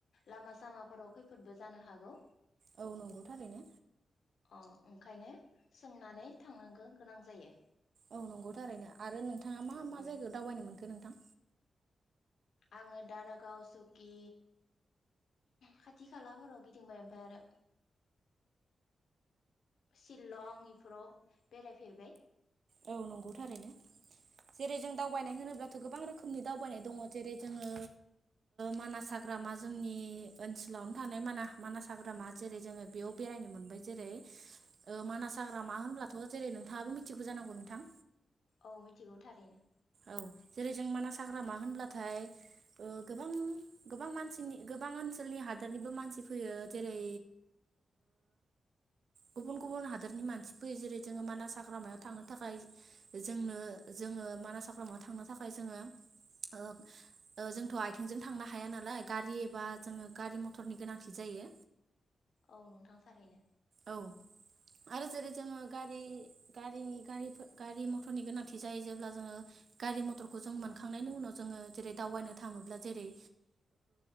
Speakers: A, on the left; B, on the right.
A: लामा सामाफोराव खैफोदबो जानो हागौ।
B: औ नंगौ थारैनो
A: अ ओंखायनो सोंनानै थांनांगौ गोनां जायो।
B: औ नंगौ‌ थारैनो आरो नोंथाङा मा मा
A: उम
B: जायगायाव दावबायनाय मोन। नोंथां।
A: आङो दारागाव सुकि खाथि खालाफोराव गिदिंबाय आमफ्राय आरो सिलं बेफोराव बेरायफेरबाय।
B: औ नंगौ थारैनो जेरै जों दावबायनाय होनोब्लाथ गोबां रोखोमनि दावबायनाय दङ जेरै जोङो मानास हाग्रामा जोंनि ओनसोलावनो थानाय मानास हाग्रामा जेरै जोङो बेयाव बेरायनो मोनबाय जेरै मानास हाग्रामा होनब्लाथ जेरै नोंथाङाबो मिथिगौ जानांगौ। औ नोंथां।
A: औ मिथिगौ थारैनो।
B: औ जेरै जों मानास हाग्रामा होनब्लाथाय गोबां गोबां मानसिनि गोबां ओनसोलनि हादोरनिबो मानसि फैयो जेरै गुबुन गुबुन हादोरनि मानसि फैयो जेरै जोङो मानास हाग्रामायाव थांनो थाखाय जोंनो जोङो मानास। हाग्रामायाव थांनो थाखाय जोङो जोंथ आथिंजों थांनो हाया नालाय गारि एबा जोङो गारि मथरनि गोनांथि जायो।
A: औ नोंथां थारैनो।
B: औ आरो जेरै जोंङो। गारि गारिनि गारि गारि मथरनि गोनांथि जायो जेब्ला जोङो गारि मथरखौ जों मोनखांनायनि उनाव जोङो जेरै दावबायनो थाङोब्ला जेरै।